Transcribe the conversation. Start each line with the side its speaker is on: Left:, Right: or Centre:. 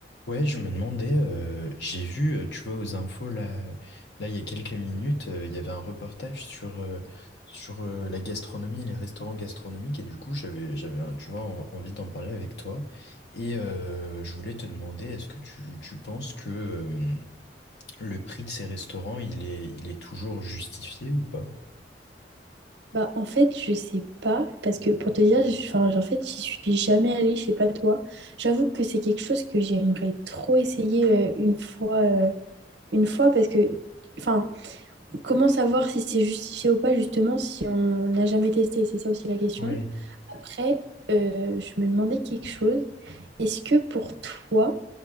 Left: Ouais, je me demandais, euh, j'ai vu, euh, tu vois, aux infos, là, là, il y a quelques minutes, euh, il y avait un reportage sur, euh, sur euh, la gastronomie et les restaurants gastronomiques, et du coup, j'avais, j'avais, euh, tu vois, en- envie d'en parler avec toi. Et euh, je voulais te demander, est-ce que tu, tu penses que euh, le prix de ces restaurants, il est, il est toujours justifié ou pas?
Right: Bah, en fait, je sais pas, parce que pour te dire, j- enfin, en fait, j'y suis jamais allée, je sais pas toi. J'avoue que c'est quelque chose que j'aimerais trop essayer euh, une fois, euh, une fois, parce que, enfin, comment savoir si c'est justifié ou pas, justement, si on n'a jamais testé? C'est ça aussi la question.
Left: Oui.
Right: Après, euh, je me demandais quelque chose. Est-ce que pour toi,